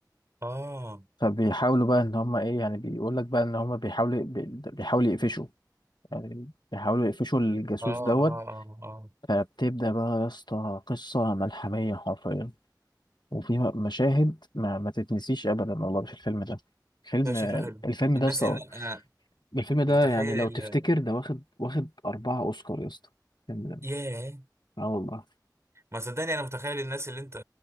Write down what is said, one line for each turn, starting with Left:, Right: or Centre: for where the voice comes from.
Right: اه
Left: فبيحاولوا بقى ان هم ايه يعني بيقول لك بقى ان هم بيحاولوا بي- بيحاولوا يقفشوا يعني بيحاولوا يقفشوا الجاسوس
Right: اه
Left: دوت
Right: اه اه اه
Left: فبتبدأ بقى يا اسطى قصة ملحمية حرفيا وفي م- مشاهد ما, ما تتنسيش أبدا والله في الفيلم ده فيلم
Right: ده شكله حلو
Left: الفيلم
Right: الناس
Left: ده يا اسطى
Right: إن انا
Left: الفيلم ده
Right: متخيل
Left: يعني لو تفتكر
Right: ال...
Left: ده واخد واخد أربعة أوسكار يا اسطى الفيلم ده
Right: ياه
Left: اه والله
Right: ما صدقني انا متخيل الناس اللي انت